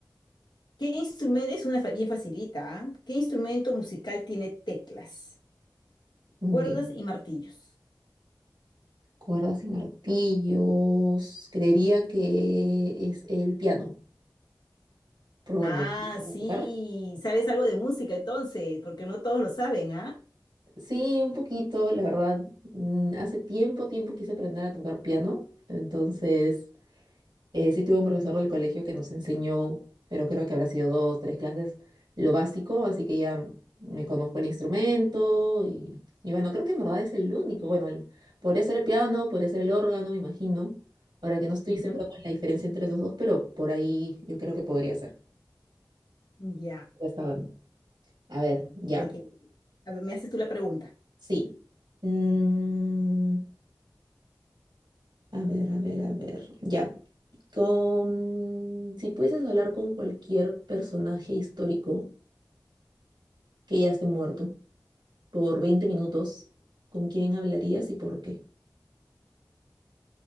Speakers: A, on the left; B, on the right.
A: ¿Qué instrumento es una fa- bien facilita? ¿ah? ¿Qué instrumento musical tiene teclas,
B: Uy,
A: cuerdas y martillos?
B: cuerdas y martillos. Creería que es el piano. Pero bueno,
A: Ah,
B: ¿lo puedo
A: sí,
B: tocar?
A: sabes algo de música entonces, porque no todos lo saben, ¿ah?
B: Sí, un poquito, la verdad. mm, Hace tiempo, tiempo quise aprender a tocar piano. Entonces, Eh, sí tuve un profesor del colegio que nos enseñó, pero creo que habrá sido dos, tres clases, lo básico, así que ya me conozco el instrumento y, y bueno, creo que en verdad es el único. Bueno, el- podría ser el piano, podría ser el órgano, me imagino. Ahora que no estoy
A: Ujú,
B: segura con la diferencia entre esos dos, pero por ahí yo creo que podría ser.
A: Ya.
B: Ya Está bueno. A ver, ya.
A: Ay, qué- A ver, me haces tú la pregunta.
B: Sí. Mm, a ver, a ver, a ver. Ya. Con, si pudieses hablar con cualquier personaje histórico. que ya esté muerto por 20 minutos, ¿con quién hablarías y por qué?